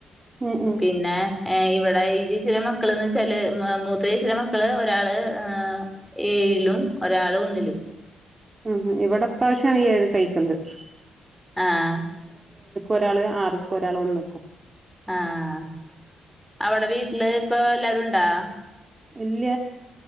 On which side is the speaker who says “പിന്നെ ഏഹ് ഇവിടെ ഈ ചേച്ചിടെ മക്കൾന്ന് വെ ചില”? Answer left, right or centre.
Centre